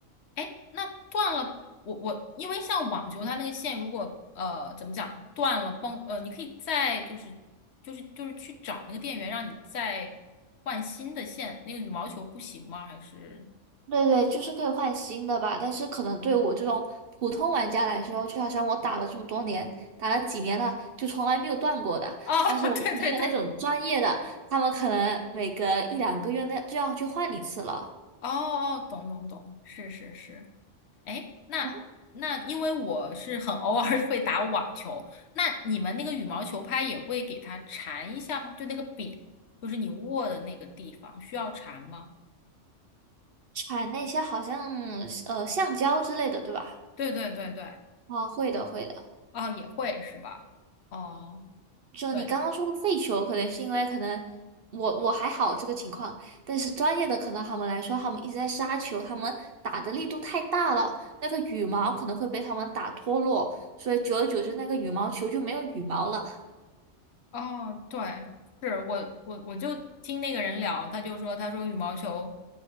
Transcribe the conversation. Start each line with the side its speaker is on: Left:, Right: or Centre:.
Left: 哎，那断了，我我因为像网球，它那个线如果呃怎么讲断了崩呃，你可以再就是就是就是去找那个店员，让你再换新的线。那个羽毛球不行吗？还是
Right: 对对，就是可以换新的吧，但是可能对我这种普通玩家来说，就好像我打了这么多年，打了几年了，就从来没有断过的。
Left: 哦，
Right: 但是我朋友那种专业的，
Left: <laughs> 对对对，
Right: 他们可能每隔一两个月那就要去换一次了。
Left: 哦哦，懂懂懂，是是是。哎，那那因为我是很偶尔
Right: 然后
Left: <laughs> 会打网球，那你们那个羽毛球拍也会给它缠一下吗？就那个柄，就是你握的那个地方需要缠吗？
Right: 产那些好像呃橡胶之类的，对吧？
Left: 对对对对。
Right: 啊，会的，会的。
Left: 啊，也会是吧？哦，
Right: 就你刚刚说的废球，
Left: 对，
Right: 可能是因为可能我我还好这个情况，但是专业的可能他们来说，他们一直在杀球，他们打的力度太大了，那个羽毛可能会被他们打脱落，所以久而久之那个羽毛球就没有羽毛了。
Left: 哦，对，是我我我就听那个人聊，他就说他说羽毛球